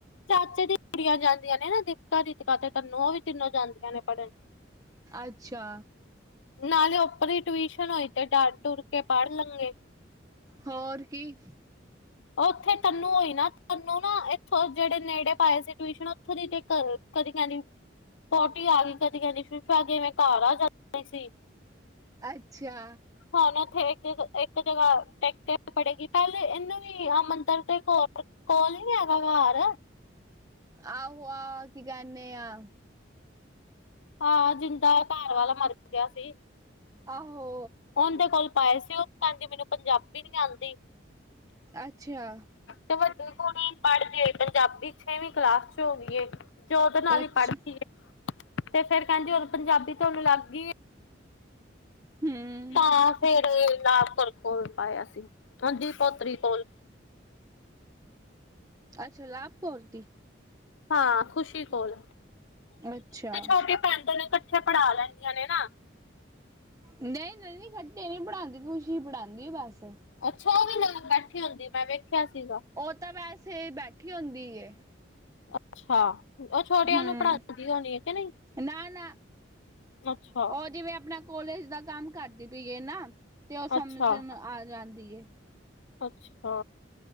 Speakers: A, on the left; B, on the right.
A: ਚਾਚੇ ਦੀ ਕੁੜੀਆਂ ਜਾਂਦੀਆਂ ਨੇ ਨਾ ਦਿੱਕਾ ਦੀਤਕਾ ਤੇ ਤੈਨੂੰ ਉਹ ਵੀ ਤਿੰਨੋ ਜਾਂਦੀਆਂ ਨੇ ਪੜ੍ਹਨ,
B: ਅੱਛਾ।
A: ਨਾਲੇ ਉੱਪਰਲੀ ਟਿਊਸ਼ਨ ਹੋਈ ਤੇ ਡਰ ਡੁਰ ਕੇ ਪੜ੍ਹ ਲੰਗੇ।
B: ਹੋਰ ਕੀ,
A: ਉੱਥੇ ਤੈਨੂੰ ਹੋਈ, ਨਾ ਤੈਨੂੰ ਨਾ ਇੱਥੋਂ ਜਿਹੜੇ ਨੇੜੇ ਪਾਏ ਸੀ, ਟਿਊਸ਼ਨ ਉੱਥੋਂ ਦੀ ਕਦੀ ਕਹਿੰਦੀ ਪੋਟੀ ਆ ਗਈ, ਕਦੀ ਕਹਿੰਦੀ ਸੁਸੂ ਆ ਗੀ ਮੈਂ, ਤਾਰਾ ਚਦਾ ਸੀ
B: ਅੱਛਾ।
A: ਹੁਣ ਉੱਥੇ ਇੱਕ ਇੱਕ ਜਗ੍ਹਾ ਟੈਕ ਕੇ ਪੜੇਗੀ, ਪਹਿਲੇ ਇਹਨੂੰ ਅ ਮੰਦਰ ਦੇ ਕੋਲ-ਕੋਲ ਨੀ ਹੈਗਾ ਘਰ,
B: ਆਹੋ ਆਹੋ ਕੀ ਕਹਿੰਦੇ ਆ।
A: ਹਾਂ ਜਿੰਦਾ ਘਰ ਵਾਲਾ ਮਰ ਗਿਆ ਸੀ।
B: ਆਹੋ,
A: ਉਹਦੇ ਕੋਲ ਪਾਏ ਸੀ, ਉਹ ਕਹਿੰਦੀ ਮੈਨੂੰ ਪੰਜਾਬੀ ਨੀ ਆਦੀ।
B: ਅੱਛਾ,
A: ਤੇ ਵੱਡੀ ਕੁੜੀ ਪੜ੍ਹਦੀ ਪੰਜਾਬੀ ਛੇਵੀਂ ਕਲਾਸ ਚ ਹੋਗੀ ਐ। ਜੋਦੇ ਨਾਲ
B: ਅੱਛ
A: ਹੀ ਪੜ੍ਹਦੀ ਤੇ ਫੇਰ ਕਹਿੰਦੀ ਉਦੋਂ ਪੰਜਾਬੀ ਤੇਾਨੂੰ ਲੱਗਈ।
B: ਹੂੰ।
A: ਤਾਂ ਫੇਰ ਲਵਕੁਰ ਕੋਲ ਪਾਇਆ ਸੀ ਹਾਂਜੀ ਪੋਤਰੀ ਕੋਲ
B: ਅੱਛਾ ਲਾਭ ਕੌਰ ਦੀ,
A: ਹਾਂ ਖੁਸ਼ੀ ਕੋਲ,
B: ਅੱਛਾ,
A: ਛੋਟੇ ਪੈਂਦੇ ਨੇ ਇਕੱਠੇ ਪੜ੍ਹਾ ਲੈਂਦੀਆਂ ਨੇ ਨਾ।
B: ਨਹੀਂ ਨਹੀਂ ਖੱਟੇ ਨੀ ਪੜਾਂਦੀ ਖੁਸ਼ੀ ਪੜ੍ਹਾਉਂਦੀ ਬਸ।
A: ਅੱਛਾ ਉਹਦੇ ਨਾਲ ਬੈਠੀ ਹੁੰਦੀ ਮੈਂ ਵੇਖਿਆ ਸੀਗਾ।
B: ਉਹ ਤਾਂ ਵੈਸੇ ਬੈਠੀ ਹੁੰਦੀ ਏ
A: ਅੱਛਾ, ਉਹ ਛੋਟਿਆਂ
B: ਹਮ
A: ਨੂੰ ਪੜ੍ਹਾ ਸਕਦੀ ਹੋਣੀ ਹੈ, ਕਿ ਨਹੀਂ
B: ਨਾ ਨਾ
A: ਅੱਛਾ।
B: ਉਹ ਜਿਵੇਂ ਆਪਣਾ ਕੋਲੇਜ ਦਾ ਕੰਮ ਕਰਦੀ ਪਈ ਏ ਨਾ, ਤੇ ਉਹ ਸਮਝਣ
A: ਅੱਛਾ
B: ਆ ਜਾਂਦੀ ਏ
A: ਅੱਛਾ,